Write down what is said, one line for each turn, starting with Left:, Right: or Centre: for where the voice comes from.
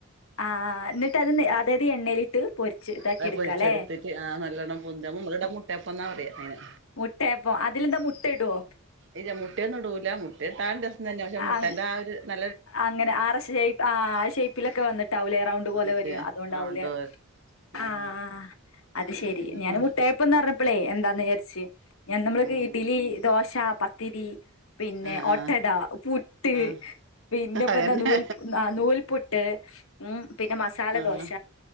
Left: ആ എന്നിട്ട് അത് അതായത് എണ്ണയിലിട്ട് പൊരിച്ച് ഇതാക്കി
Right: അത്
Left: എടുക്കാല്ലേ
Right: പൊരിച്ചെടുത്തിട്ട് ആ നല്ലോണ്ണം പുന്ത മളയുടെ മുട്ടയപ്പന്നാ പറിയാ അയിന്
Left: മുട്ടയപ്പോ അതിലെന്താ മുട്ട ഇടുവോ?
Right: ഇല്ല മുട്ടയൊന്നും ഇടൂൽ ല്ല മുട്ട ഇട്ടാ രസം തന്നെ പക്ഷെ മുട്ടന്റെ
Left: ആഹ്
Right: ആ ഒരു ന
Left: അങ്ങനെ ആ റെ ശെയ് പാ ആ ഷേപ്പിലൊക്കെ വന്നിട്ട് ട്ടാവും ലെ റൗണ്ട്പോലെ
Right: എന്നിട്ട്
Left: വരാ അതോണ്ടാവും
Right: റൗണ്ട്
Left: ലെ
Right: പോലെ ഉം
Left: ആ ആ അത് ശരി
Right: പിന്നെന്താ
Left: ഞൻ മുട്ടയപ്പന്ന് പർഞ്ഞപ്പളെ എന്താ നേർച്ചി ഞാൻ നമ്മള്
Right: ഉം
Left: <unintelligible> ദോശ പാ പത്തിരി പിന്നെ
Right: ആഹ് ആഹ്
Left: ഒട്ടട പുട്ട്
Right: ആഹ്
Left: പിന്നേ
Right: അതന്നെ
Left: പേന്താ നൂൽ അ നൂൽ പുട്ട് ഉം പിന്നെ മസാലദോശ
Right: ആഹ്